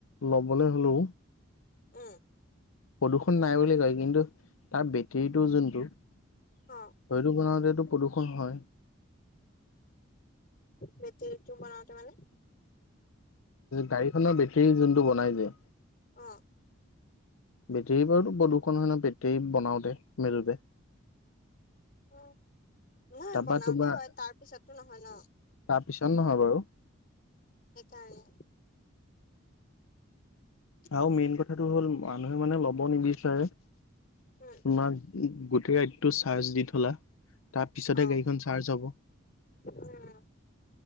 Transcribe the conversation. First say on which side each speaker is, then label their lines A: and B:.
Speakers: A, on the left; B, on the left.
A: লবলৈ হেল্ল'
B: উম,
A: প্ৰদূৰ্ষণ নাই বুলি কয় কিন্তু তাৰ বেটেৰীটো যোনটো হয়টো
B: অ
A: বনাওতেটো প্ৰদূষণ হয়।
B: বেটেৰিটো বনাওঁতে মানে
A: গাড়ীখনৰ বেটৰী যোনটো বনাই যে
B: অ',
A: বেটেৰী বাৰুতো প্ৰদূষণ হয় ন' বেটেৰী বনাওঁতে মেলোতে।
B: উম, নহয়
A: তাৰপা
B: বনাওঁতে
A: তোমাৰ
B: হয় তাৰপিছো নহয় ন।
A: তাৰপিছত নহয় বাৰু
B: সেইকাৰণে
A: আৰু মেইন কথাটো হ'ল মানুহে মানে ল'ব নিবিচাৰে। তোমাক
B: উম
A: গোটেই ৰাতেটো চাৰ্জ দি থলা ত পিছতে
B: অ
A: গাড়ীখন চাৰ্জ হব,
B: উম